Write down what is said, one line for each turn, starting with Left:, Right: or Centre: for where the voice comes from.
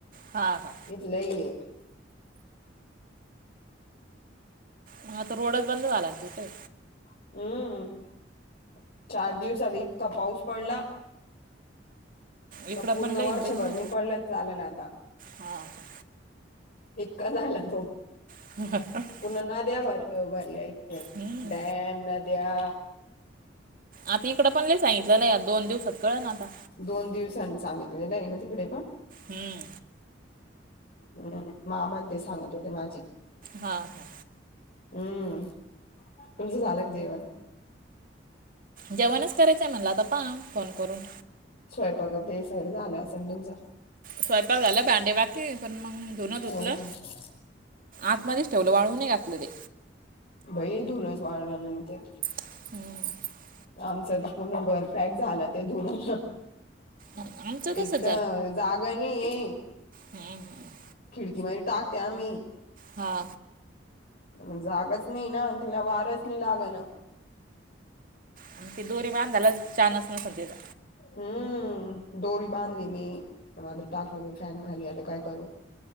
Right: हा हा
Left: इथ लही ये
Right: म आता रोडच बंद झाला की काय.
Left: हम्म चार दिवसात इतका पाऊस पडला
Right: इकडं
Left: का पूर्ण
Right: पण लईन
Left: वर्षभर
Right: बाई मग
Left: नि पडलं चालेलं आता.
Right: हा का
Left: इतका झालं तो.
Right: <unintelligible>
Left: पुर्ण नद्या भर भरल्या इथे
Right: हम्म
Left: डॅम नद्या
Right: आता इकं पण ल सांगितलं या दोन दिवसात कळेन आता.
Left: दोन दिवसां सांगितलेले ये ना तिकडे पण.
Right: हम्म.
Left: हम्म मामान ते सांगत होते माझे.
Right: हा हा.
Left: हम्म तुमचं झालं का जेवण.
Right: जेवणच करायचंय मला आता पहा फोन करून.
Left: स्वयंपाक ते साईड झाला असेन तुमचा.
Right: स्वयंपाक झालं भांडे बाकी पण मग धुन धुतलं.
Left: हो का
Right: आतमध्येच ठेवलं वाळूने घातलं ते.
Left: बाई धुऊनच वाढलं नाही ना ते.
Right: <unintelligible>
Left: आमचं तर पूर्ण गरफॅक झाला ते धुरून
Right: आमचं तसंच
Left: एक तर जागा नाहीये.
Right: हम्म हम्म.
Left: खिडकीमध्ये टाकते आम्ही.
Right: हा.
Left: मग जागच नाही ना तिला वारच नाही लाग ना.
Right: आणि त ते दोरीे बांधाला चानस नसल तिथ.
Left: हम्म दोरी बांधली मी टाकलं मी फॅन खाली आता काय करू.